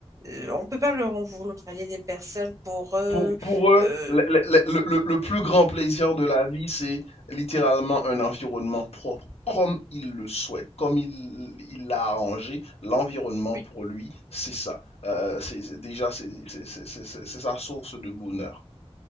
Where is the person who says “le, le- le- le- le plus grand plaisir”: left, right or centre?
Left